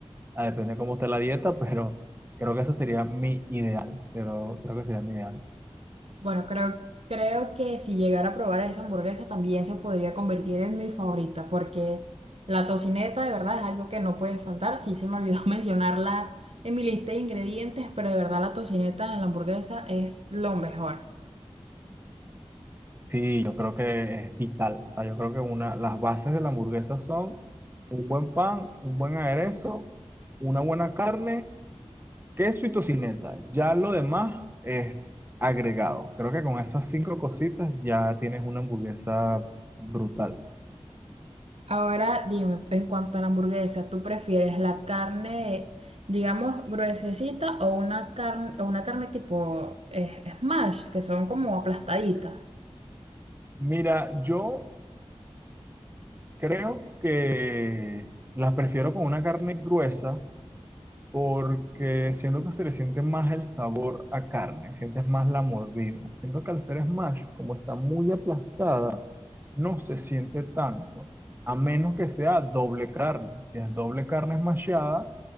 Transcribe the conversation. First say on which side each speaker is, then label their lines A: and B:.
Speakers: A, on the right; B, on the right.
A: Ah, depende de cómo esté la dieta, <laughs> pero creo que esa sería mi ideal. Pero creo que sería mi ideal.
B: Bueno, creo, creo que si llegara a probar esa hamburguesa también se podría convertir en mi favorita, porque la tocineta de verdad es algo que no puede faltar. Sí se me olvidó <laughs> mencionarla en mi lista de ingredientes, pero de verdad la tocineta en la hamburguesa es lo mejor.
A: Sí, yo creo que es vital. O sea, yo creo que una, las bases de la hamburguesa son un buen pan, un buen aderezo, una buena carne, queso y tocineta. Ya lo demás es agregado. Creo que con esas cinco cositas ya tienes una hamburguesa brutal.
B: Ahora dime, en cuanto a la hamburguesa, ¿tú prefieres la carne, digamos, gruesecita o una carne, o una carne tipo eh, smash, que son como aplastaditas?
A: Mira, yo Creo que las prefiero con una carne gruesa porque siento que se le siente más el sabor a carne, sientes más la mordida. Siento que al ser smash, como está muy aplastada, no se siente tanto, a menos que sea doble carne. Si es doble carne smashada,